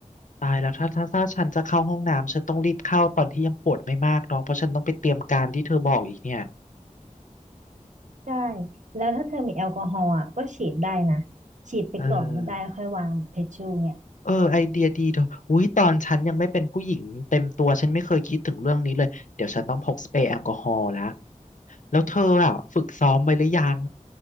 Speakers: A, on the left; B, on the right.
A: ตายแล้วถ้าถ้าถ้าฉันจะเข้าห้องน้ำฉันต้องรีบเข้าตอนที่ยังปวดไม่มากน้องเพราะฉันต้องไปเตรียมการที่เธอบอกอีกเนี่ย
B: ใช่ แล้วถ้าเธอมีแอลกอฮอล์อะก็ฉีดได้นะ ฉีดไปก่อนก็ได้แล้วค่อยวางเทชชูเนี่ย
A: เออเออไอเดียดีเธออุ้ยตอนฉันยังไม่เป็นผู้หญิงเต็มตัวฉันไม่เคยคิดถึงเรื่องนี้เลยเดี๋ยวฉันต้องพกสเปรย์แอลกอฮอล์แล้วแล้วเธออ่ะฝึกซ้อมไว้หรือยัง